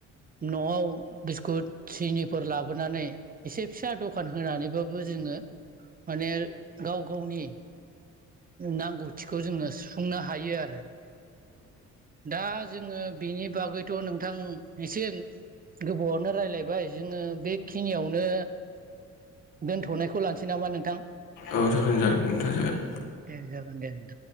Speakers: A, on the right; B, on the left.
A: न'आव बिस्कुट सिनिफोर लाबोनानै एसे फिसा दखान होनानैबाबो जोङो माने गाव गावनि नांगौथिखौ जोङो सुफुंनो हायो आरो। दा जोङो बिनि बागैथ' नोंथां एसे गोबावआनो रायलायबाय जोङो बेखिनियावनो दोनथ'नायखौ लानोसै नामा नों
B: औ जागोन जागोन नोंथां जागोन।
A: दे जागोन दे नोंथां।